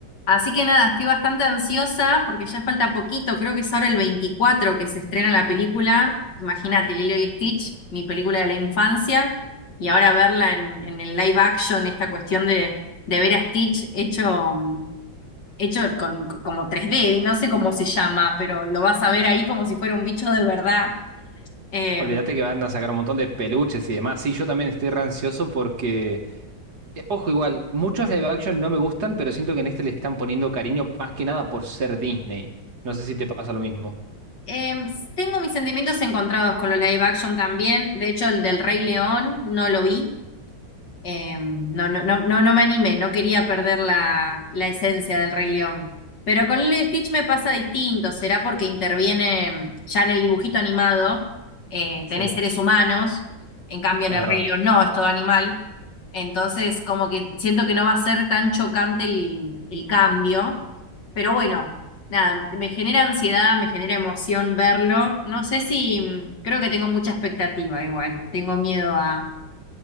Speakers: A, on the left; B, on the right.
A: Así que nada, estoy bastante ansiosa porque ya falta poquito, creo que es ahora el 24 que se estrena la película. Imagínate, Lilo y Stitch, mi película de la infancia, y ahora verla en, en el live action, esta cuestión de, de ver a Stitch hecho, mm, hecho con, como tres d y no sé cómo se llama, pero lo vas a ver ahí como si fuera un bicho de verdad. Eh,
B: Olvídate que van a sacar un montón de peluches y demás. Sí, yo también estoy rancioso porque, eh, ojo, igual, muchos live action no me gustan, pero siento que en este le están poniendo cariño más que nada por ser Disney. No sé si te pasa lo mismo.
A: eh, tengo mis sentimientos encontrados con lo live action también, de hecho el del Rey León no lo vi Eh, no, no, no, no, no me animé, no quería perder la, la esencia del Rey León. Pero con Lilo y Stitch me pasa distinto, será porque interviene mm, ya en el dibujito animado, eh,
B: Sí,
A: tenés seres humanos, en cambio
B: es
A: en el
B: verdad.
A: Rey León no, es todo animal. Entonces, como que siento que no va a ser tan chocante el, el cambio. Pero bueno, nada, me genera ansiedad, me genera emoción verlo. No sé si, mm, creo que tengo mucha expectativa igual, tengo miedo a